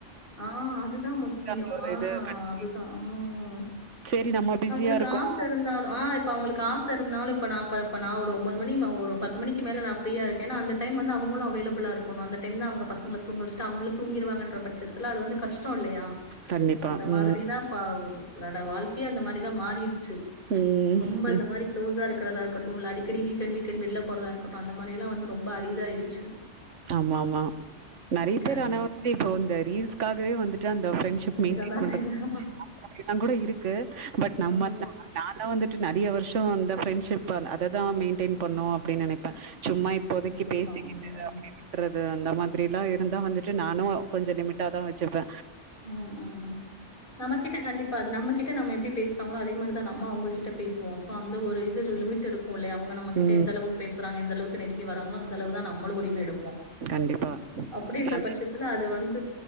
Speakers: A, on the left; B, on the right.
A: ஆஹ் அதுதா முக்கியோ
B: அந்த ஒரு
A: ஆஹ்
B: இது கண்டிப்பா
A: அதுதா உம்
B: சரி நம்ம பிஸியா
A: அவங்களுக்கு
B: இருக்கோம்.
A: ஆச இருந்தாலு ஆஹ் இப்ப அவங்களுக்கு ஆச இருந்தாலு இப்ப நா அப்பப்ப நா ஒரு ஒம்பது மணி ஒரு பத்து மணிக் மேல நான் ஃப்ரீயா இருக்கன்ன அந்த டைம் வந்து அவங்களு அவைலபுளா இருக்கனு அந்த டைம் தா அவங்க பசச்கள தூங்கவச்சிட்டு அவங்களு தூங்கிருவாங்கன்ற பட்சத் துல்ல அது வந்து கஷ்டோ இல்லையா
B: கண்டிப்பா.
A: அந்த மாதிரிதா
B: ம்.
A: பா உன்னோட வாழ்க்கையே அந்த மாதிரிதா மாறிடுச்சு
B: ம்.
A: ரொம்ப இந்த மாரி க்ளோஸா இருக்குறதா இருக்கட்டு இல்ல அடிக்கடி வீக்கெண்ட் வீக்கெண்ட் வெள்ள போறத இருகட்டு அந்த மாரில்லா வந்து ரொம்ப அரிதாய்ருச்சு
B: ஆம்மாமா நெறைய
A: கண்டிப்பா.
B: பேர் ஆனா வந்து இப்போ வந்த ரீல்ஸ்காகவே வந்துட்டு ப்ரெண்ட்ஷிப்
A: செய்றதான்
B: மெயின்டைன் பண்றது
A: செய்றேன்.
B: <inaudible> ல்லா கூட இருக்கு பட் நம்ம
A: ஆமா.
B: <inaudible> நாள வந்துட்டு நெறைய வருஷ அந்த ஃப்ரெண்ட்ஷிப் அததா மெயின்டெய்ன் பண்ணணு அப்படின்னு நினைப்ப சும்மா இப்போதைக்கி
A: கண்டிப்பா.
B: பேசிக்கிட்டு
A: ம்.
B: விட்றது அந்த மாதிரில்லா இருந்தா வந்துட்டு நானு கொஞ்சோ லிமிட்டா தா வெச்சுப்ப
A: உம் உம் உம் நம்ம கிட்ட கண்டிப்பா அது நம்ம கிட்ட நம்ம எப்படி பேசு நம்ம அதே மாதிரிதா நம்ம அவங்க கிட்ட பேசுவோ அந்த ஒரு இது லிமிட் இருக்கு இல்லையா அவங்க நம்ம கிட்ட
B: ம்.
A: எந்த அளவுக் பேசுறாங்க எந்த அளவுக் நெருங்கி வராங்க அந்த அளவு தா நம்மளு உரிம எடுப்போ
B: கண்டிப்பா.
A: அப்படின்ற
B: நான்
A: பட்சத்துல அது வந்து